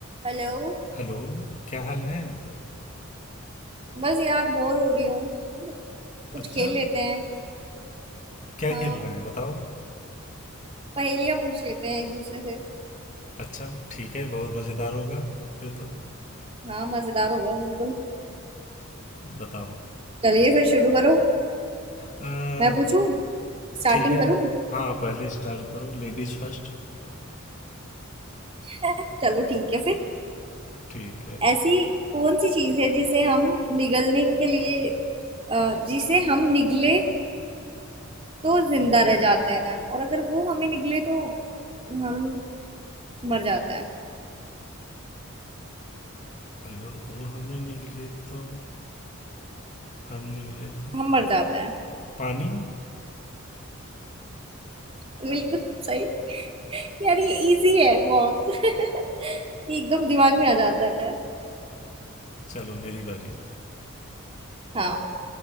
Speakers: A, on the right; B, on the left.
A: हेलो
B: Hello क्या हाल है
A: बस यार बोर हो रही हूँ कुछ
B: अच्छा
A: खेल लेते हैं
B: क्या
A: हाँ
B: खेलना है बताओ
A: पहेलियाँ पूछ लेते हैं एक दूसरे से
B: अच्छा ठीक है बहुत मज़ेदार होगा फिर तो
A: हाँ मजेदार होगा बिल्कुल
B: बताओ
A: चलिए फिर शुरू करो
B: आ,
A: मैं पूछूं स्टार्टिंग
B: ठीक है
A: करूं
B: हाँ पहले स्टार्ट करो लेडीज फर्स्ट
A: <laughs> चलो ठीक है फिर
B: ठीक है
A: ऐसी कौन सी चीज है जिसे हम निगलने के लिए अ, जिसे हम निगले तो जिंदा रह जाते हैं और अगर वो हमें निगले तो हम मर जाते हैं
B: अगर वो हमें निकले तो हम निकले तो
A: हम मर जाते हैं
B: पानी
A: बिल्कुल सही यार ये इजी है बहुत <laughs> ये एकदम दिमाग में आ जाता है
B: चलो मेरी बारी
A: हाँ